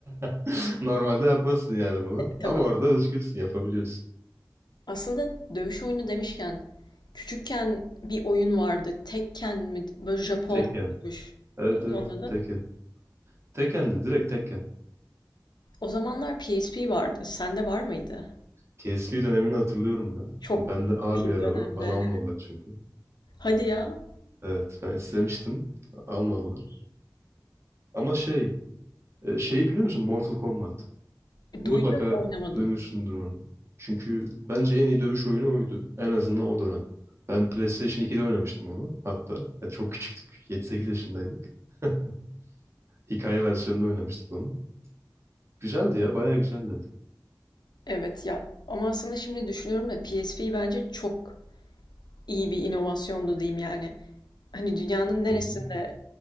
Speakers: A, on the right; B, on the left.
A: <laughs> Normalde yapmazsın yani bunu.
B: E, tabii.
A: Ama orada özgürsün yapabiliyorsun.
B: Aslında dövüş oyunu demişken küçükken bir oyun vardı. Tekken mi? Böyle Japon
A: Tekken.
B: dövüş.
A: Evet
B: Neydi
A: evet
B: onun adı?
A: Tekken. Tekken de direkt Tekken.
B: O zamanlar PSP vardı. Sende var mıydı?
A: PSP dönemini hatırlıyorum ben.
B: Çok
A: Bende ağır
B: çok iyi
A: bir araba.
B: bir dönemde.
A: Bana almadılar çünkü.
B: Hadi ya.
A: Evet ben istemiştim. Almadılar. Ama şey e, şeyi biliyor musun? Mortal Kombat.
B: E,
A: Mutlaka
B: Duydum oynamadım.
A: duymuşsundur onu. Çünkü bence en iyi dövüş oyunu oydu. En azından o dönem. Ben PlayStation 2'de oynamıştım onu hatta. Ya çok küçüktük. Yedi sekiz yaşındaydık. <laughs> Hikaye versiyonunu oynamıştık onun. Güzeldi ya, bayağı güzeldi.
B: Evet ya ama aslında şimdi düşünüyorum da PSP bence çok iyi bir inovasyondu diyeyim yani. Hani dünyanın neresinde
A: Hı hı.